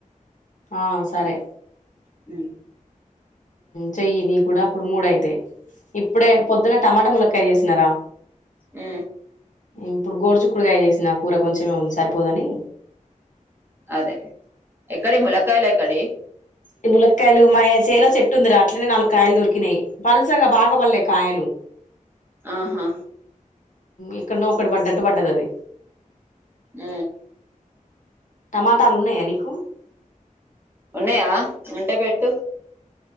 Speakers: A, on the left; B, on the right.
A: ఆ సరే
B: ఉ
A: చెయ్యి నీ కూడా అప్పుడు మూడయితాయి ఇప్పుడే పొద్దున్న టమాటా ముల్లక్కయ చేసినారా
B: ఊ
A: ఇప్పుడు గోడుచుకుడుగాయ చేసిన ఆ కూర కొంచెమే ఉంది సరిపోదని
B: అదే ఎక్కడి ములకాయల ఎక్కడి
A: ఈ ములక్కయలు మా చేలో చెట్టు ఉందిరా అట్లనే నాలు కాయలు దొరికినాయి పలుసగా బాగా పడలే కాయలు
B: ఆహా
A: ఎక్కడ్నో ఒకటి పడ్డట్టు పడ్డది అది
B: ఊ
A: టమాటాలు ఉన్నాయా నీకు
B: ఉన్నాయా ఉంటే పెట్టు